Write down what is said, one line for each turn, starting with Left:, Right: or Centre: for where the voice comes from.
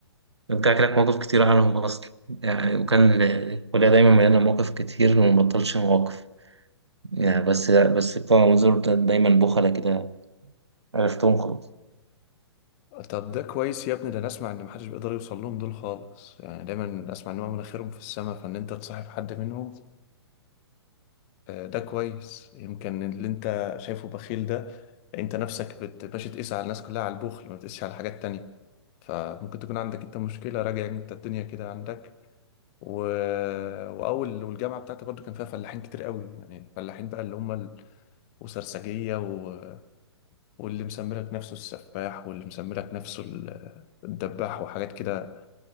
Right: رجع لك مواقف كتير عنهم أصلا يعني وكان الكلية دايما مليانة مواقف كتير وما بطلش مواقف يعني بس بس بتوع منظور ده دايما بخلة كده عرفتهم خلاص
Left: طب ده كويس يا ابني ده أنا أسمع إن محدش بيقدر يوصل لهم دول خالص يعني دايما أسمع إن هم مناخيرهم في السما فإن أنت تصاحب حد منهم آه، ده كويس يمكن اللي انت شايفه بخيل ده انت نفسك بت- باش تقيس على الناس كلها على البخل ما بتقيسش على حاجات تانية فممكن تكون عندك انت مشكلة راجع انت الدنيا كده عندك و... واول والجامعة بتاعتي برضو كان فيها فلاحين كتير قوي يعني الفلاحين بقى اللي هم ال- وسرسجية و... واللي مسميلك نفسه السفاح واللي مسميلك نفسه ال- الدباح وحاجات كده